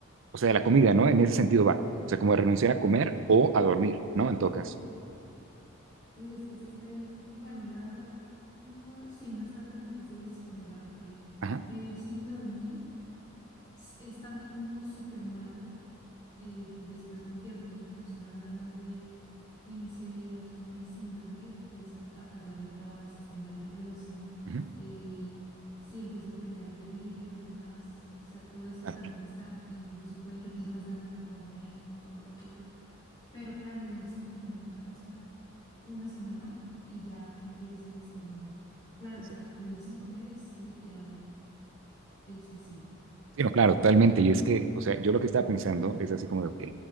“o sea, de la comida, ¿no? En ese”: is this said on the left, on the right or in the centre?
Right